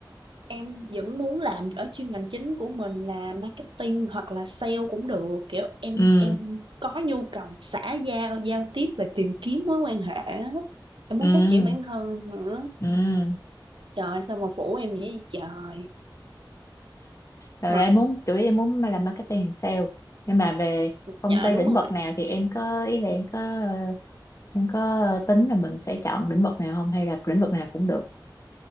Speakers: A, on the right; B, on the left.
A: em vẫn muốn làm ở chuyên ngành chính của mình là marketing hoặc là sale cũng được kiểu em
B: Ừ,
A: em có nhu cầu xã giao giao tiếp và tìm kiếm mối quan hệ á. em muốn
B: ừ,
A: phát triển bản thân nữa
B: ừ.
A: trời ơi, sao mà phủ em vậy trời
B: Rồi
A: mà
B: em muốn chủ yếu em muốn làm marketing sale nhưng mà về công
A: nhờ
B: ty
A: đúng
B: lĩnh
A: rồi
B: vực nào thì em có ý là em có ờ, em có tính là mình sẽ chọn lĩnh vực nào không hay là lĩnh vực nào cũng được